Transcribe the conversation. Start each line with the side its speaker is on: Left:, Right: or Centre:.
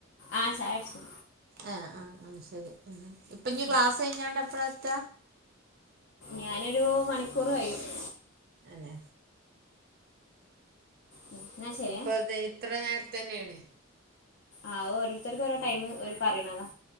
Left: ആ ചായുട്ച്ചു
Right: എആഹ ആ് ശരി ഇപ്പഞ്ഞിക്ളാസയ്ഞ്ഞ്കാണ്ട്എപ്പളാത്ത
Left: ഉം. ഞാനരൂ മണിക്കൂർ കയ്യും. <inaudible>
Right: അന്നൊ
Left: ഉം. എന്നാ ശരിയാ
Right: ഇപ്പൊ അ ഇത്ര നേരത്തെ തന്നെണ്.
Left: ആ ഓരോരുത്തർക്ക് ഓരോടൈമ് ഒര് പറയിണതാ